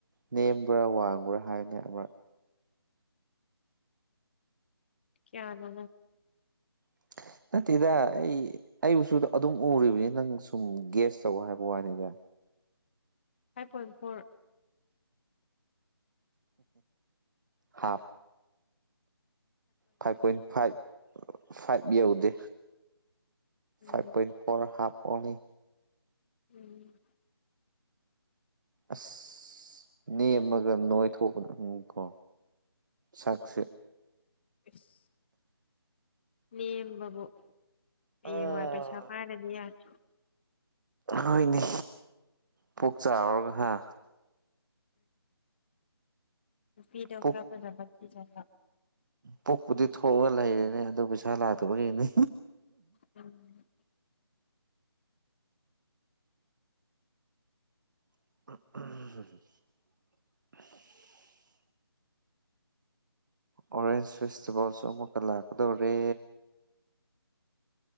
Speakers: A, on the right; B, on the left.
A: ꯅꯦꯝꯕ꯭ꯔꯥ ꯋꯥꯡꯕ꯭ꯔꯥ ꯍꯥꯏꯕꯅꯦ ꯑꯃꯛ
B: ꯀꯌꯥꯅ
A: <inaudible> ꯅꯠꯇꯦꯗ ꯑꯩ ꯑꯩꯕꯨꯁꯨ ꯑꯗꯨꯝ ꯎꯔꯤꯕꯅꯤ ꯅꯪ ꯁꯨꯝ ꯒꯦꯁ ꯇꯧ ꯍꯥꯏꯕ ꯋꯥꯅꯤꯗ
B: five point four
A: half five point five five ꯌꯧꯗꯦ
B: ꯎꯝ
A: ꯐꯥꯏꯚ ꯄꯣꯏꯟ ꯐꯣꯔ ꯍꯥꯞ ꯑꯣꯅꯤ
B: ꯎꯝ
A: ꯑꯁ ꯅꯦꯝꯃꯒ ꯅꯣꯏꯊꯣꯛꯄꯅ ꯎꯪ ꯀꯣ ꯆꯛꯁꯦ
B: ꯏꯁ ꯅꯦꯝꯕꯕꯨ ꯍꯌꯦꯡꯋꯥꯏ
A: ꯎꯝ
B: ꯄꯩꯁꯥ ꯄꯥꯏꯔꯗꯤ ꯌꯥꯔ
A: ꯍꯣꯏꯅꯦ ꯄꯨꯛ ꯆꯥꯔꯔꯒ ꯍꯥ
B: ꯎꯝ ꯐꯤꯗꯤꯣꯒ꯭ꯔꯥ
A: ꯄꯨꯛ
B: ꯕꯔꯗꯤ ꯆ
A: ꯄꯣꯛꯄꯨꯗꯤ ꯊꯣꯛꯑꯒ ꯂꯩꯔꯦꯅꯦ ꯑꯗꯨ ꯄꯩꯁꯥ ꯂꯥꯛꯇꯕꯒꯤꯅꯤ
B: ꯎꯝ
A: <inaudible> ꯑꯣꯔꯦꯟꯁ ꯐꯦꯁꯇꯤꯚꯦꯜꯁꯨ ꯑꯃꯨꯛꯀ ꯂꯥꯛꯀꯗꯧꯔꯦ